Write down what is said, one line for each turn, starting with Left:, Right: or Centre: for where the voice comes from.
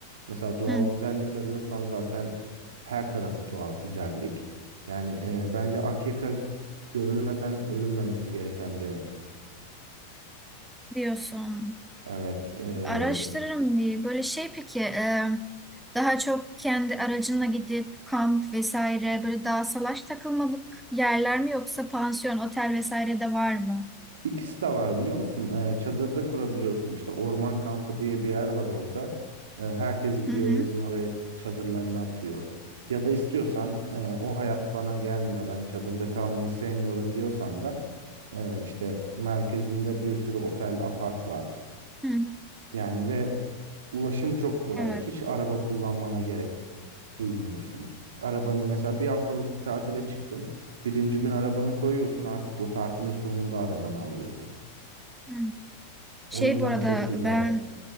Right: Mesela doğal
Centre: hı.
Right: güzellik arıyorsan zaten her tarafı doğal güzellik. Yani e, bence Akyaka görülmeden ölünmemesi gereken bir yer.
Centre: Diyorsun.
Right: Evet. eee
Centre: Araştırırım bir. Böyle şey peki e, daha çok kendi aracınla gidip kamp vesaire böyle daha salaş takılmalık yerler mi yoksa pansiyon, otel vesaire de var mı?
Right: ikisi de var biliyor musun? Eee, çadırda kurabiliyorsun. İşte orman kampı diye bir yer var orada. Eee, herkes gidiyor
Centre: Hı hı.
Right: yazın oraya çadırlarını atıyor. Ya da istiyorsan eee, o hayat bana gelmiyor. Ben çadırda kalmayı sevmiyorum diyorsan da eee, işte merkezinde bir sürü otel, apart var.
Centre: Hı hı.
Right: Yani ve ulaşım çok kolay.
Centre: Evet.
Right: Hiç araba kullanmana gerek duymuyorsun. Arabanı mesela bir haftalık bir tatile çıktın. Birinci gün arabanı koyuyorsun artık o tatilin sonunda arabanı alıyorsun.
Centre: Hı. Şey
Right: O yüzden
Centre: bu arada
Right: çok güzel.
Centre: ben